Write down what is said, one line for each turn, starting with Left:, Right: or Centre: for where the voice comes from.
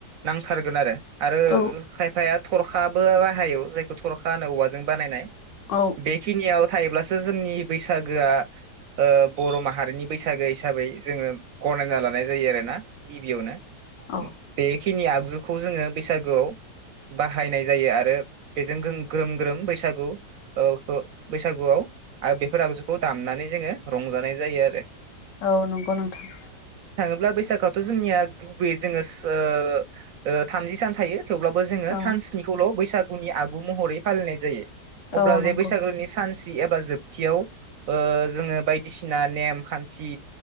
Right: नांथारगोन आरो आरो
Left: औ
Right: खायफाया थरखाबो हायो जायखौ थर'खा होनो औवाजों जों बानायनाय
Left: औ
Right: बेखिनियाव थायोब्लासो सो जोंनि बैसागोआ ओ बर' माहारिनि बैसागो हिसाबै जोङो गनायना लानाय जायो आरोना गिबियावनो
Left: औ
Right: बे खिनि आगजु खौ जोङो बैसागोआव बाहायनाय जायो आरो बेजों ग्रो ग्रोम ग्रोम बैसागु ओखो बैसागुआव आ बेफोर आगजुखौ दामनानै जोङो रंजानाय जायो आरो
Left: औ नंगौ नोंथां
Right: ब्ला बैसागोआथ' जोंनिया गुबैयै जोङो ओ ओ थामजि सान थायो थेवब्लाबो जोङो
Left: औ
Right: सानस्निखौल' बैसाग उनि आगु महरै फालिनाय जायो अब्ला
Left: औ नंगौ
Right: जे बैसागोनि सानसि एबा जोब थियाव ओ जोङो बायदिसिना नेम खान्थि